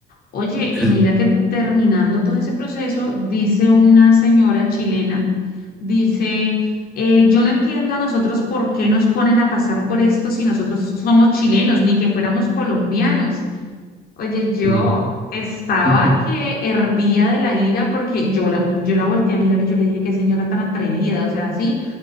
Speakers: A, on the left; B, in the centre.
A: Oye,
B: Es-
A: y mira que terminando todo ese proceso, dice una señora chilena, dice, eh, yo no entiendo a nosotros por qué nos ponen a pasar por esto si nosotros somos chilenos, ni que fuéramos colombianos. Oye, yo
B: ujú.
A: estaba
B: <laughs>
A: que hervía de la ira porque yo la, yo la volteé a mirar y yo le dije, qué señora tan atrevida, o sea, así